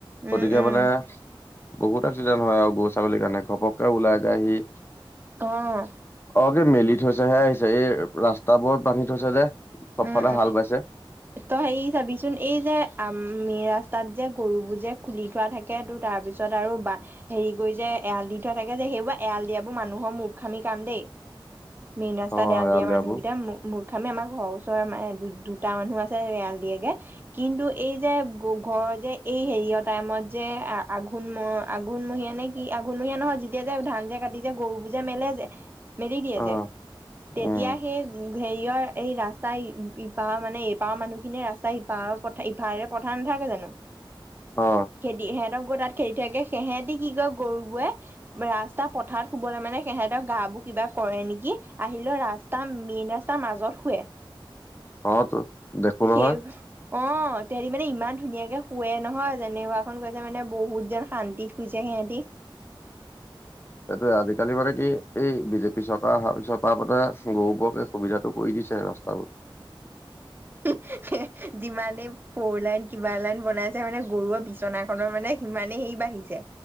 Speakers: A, on the right (about 25°); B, on the left (about 25°).
A: উম,
B: গতিকে
A: উম,
B: মানে বহুত এক্সিডেণ্ট হয় আৰু গৰু ছাগলীৰ কাৰণে ঘপককে ওলাই যায়হি
A: অ',
B: অকে মেলি থৈছেহে আহি এই ৰাস্তা বোৰত বান্ধি থৈছে যে। চবফালে
A: উম উম
B: হাল বাইছে
A: তই সেই চাবিচোন এই যে আমি ৰাস্তাত যে গৰুবোৰ যে খুলি থোৱা থাকে তো তাৰপিছত আৰু বা হেৰি কৰি যে এৰাল দি থোৱা থাকে যে সেইবোৰ এৰাল দিয়াবোৰ মানুহৰ মুৰ্খামি কাম দেই। মেনন ৰাস্তাত
B: অ
A: এড়াল
B: এৰালডৰাবোৰ
A: দিয়া মানুহকেইটা মুৰ্খামি আমাৰ ঘৰৰ ওচৰৰ তোমাৰ মা দুটা মানুহ আছে এড়াল দিয়েগে কিন্তু এই যে ঘৰৰ যে এই হেৰি টাইমত যে আঘোন আঘোন মহীয়া নে কি আঘোণমহীয়া নহয় যেতিয়া যে ধান যে কাটি গৰুবোৰ যে মেলে যে মেলি দিয়ে
B: অ
A: যে তেতিয়া
B: উম
A: সেই হেৰিয়ৰ এই ৰা ৰাস্তা ইপাৰ মানে এপাৰৰ মানুহখিনিয়ে ৰাস্তা সিপাৰৰ ইফাৰে পঠাই নাথাকে জানো।
B: অ
A: খেদি সিহঁতৰ তাত খেদি থাকে সিহঁতি কি কয় গৰুবোৰে ৰাস্তা পথাৰত শুবলৈ মানে সেহেতৰ গা বোৰ কিবা কৰে নেকি আহিলেও ৰাস্তা মেইন ৰাস্তাৰ মাজত শুৱে।
B: অ তো দেখো
A: সেই
B: নহয়
A: অ। তহতি মানে ইমান ধুনীয়াকে শুৱে নহয় যেনেকুৱাখন কৈছে মানে বহুতজন শান্তিত শুইছে সিহঁতি <unintelligible>
B: এইটোয়ে আজিকালি মানে কি এই বিজেপি চৰকাৰ অহাৰ পিছত পাৰ গৰুবোৰকে সুবিধাটো কৰি দিয়ে ৰাস্তাবোৰত
A: ত যিমানে ফৌৰ লাইন কিবা লাইন বনাইছে মানে গৰুৱে বিচনাখনৰ মানে সিমানেই সেই বাঢ়িছে